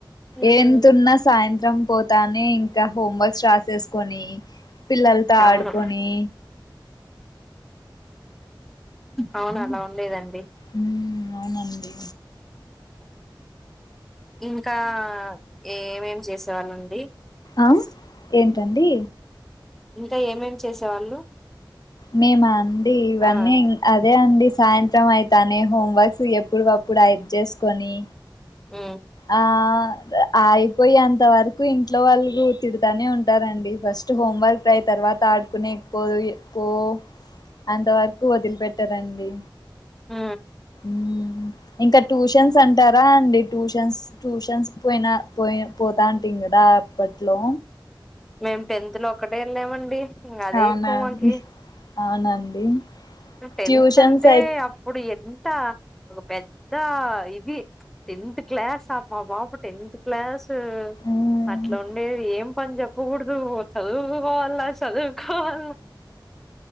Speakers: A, in the centre; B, on the left.
A: ఉమ్
B: ఎంతున్నా సాయంత్రం పోతానే ఇంకా హోంవర్క్స్ రాసేసుకొని పిల్లలతో
A: అవును
B: ఆడుకొని
A: అవును అలా వుండేదండి
B: మ్మ్ అవునండి
A: ఇంకా ఏమేమి చేసేవాళ్ళండి
B: ఆ ఏంటండి
A: ఇంకా ఏమేం చేసేవాళ్ళు
B: మేము అండి ఇవన్నీ
A: ఆ
B: అదే అండి సాయంత్రం అయితానే హోంవర్క్స్ ఎప్పుడుకప్పుడు రైట్ చేసుకొని
A: మ్
B: ఆ అయిపోఏంత వరకు ఇంట్లో వాళ్ళు తిడతానే ఉంటారండి ఫస్ స్ట్ హోమ్వర్క్ రాయి తర్వాత ఆడుకునేకిపో పో అంతవరకు వదిలిపెట్టారండి
A: ఆ
B: మ్ ఇంకా ట్యూషన్స్ అంటారా అండి ట్యూషన్స్ ట్యూషన్స్ పోయిన పోయి పోతా ఉంటీం కదా అప్పట్లో
A: మేము టెన్త్ లో ఒక్కటే వెళ్ళామండి ఇంకా అదే
B: అవునా
A: ఎక్కువ
B: అండి
A: మాకి
B: అవునండి
A: టెన్త్
B: ట్యూషన్స్
A: అంటే
B: అయి
A: అప్పుడు ఎంత ఒక పెద్ద ఇది టెన్త్ క్లాస్ ఆ మా బాబు టెన్ క్లాస్
B: మ్మ్.
A: అట్లా ఉండే ఏం పని చెప్పకూడదు చదువుకోవాల్ల చదువుకోవాల్ల